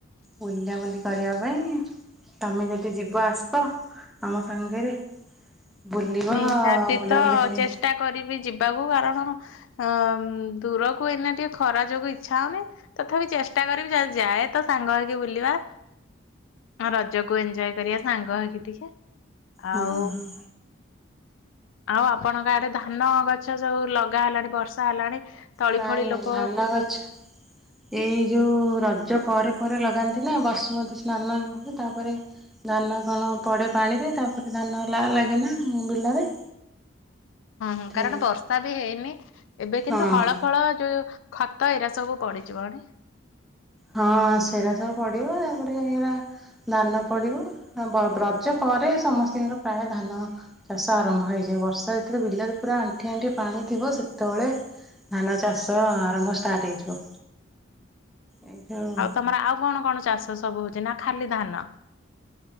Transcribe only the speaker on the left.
ନିହାତି
ତ
ଚେଷ୍ଟା କରିବି ଯିବାକୁ କାରଣ, ଅଁ ଦୂରକୁ ଏଇନା ଟିକେ ଖରା ଯୋଗୁ ଇଚ୍ଛା ହଉନି, ତଥାପି ଚେଷ୍ଟା କରିବି ଯଦି ଯାଏ ତ ସାଙ୍ଗ ହେଇକି ବୁଲିବା, ହଁ ରଜକୁ ଏଞ୍ଜୟ କରିବା ସାଙ୍ଗ ହେଇକି ଟିକେ, ଆଉ
ଆଉ ଆପଣଙ୍କ ଆଡ଼େ ଧାନ ଗଛ ସବୁ ଲଗା ହେଲାଣି ବର୍ଷା ହେଲାଣି, ତଳି
ଫଳି ଲୋକ
ହୁଁ
କାରଣ ବର୍ଷା ବି ହେଇନି ଏବେ କିନ୍ତୁ
ହଳ ଫଳ ଯୋଉ, ଖତ ଏଇରା ସବୁ ପଡି଼ଯିବଣି,
ଆଉ ତମର ଆଉ କଣ-କଣ ଚାଷ ସବୁ ହଉଛି ନା ଖାଲି ଧାନ,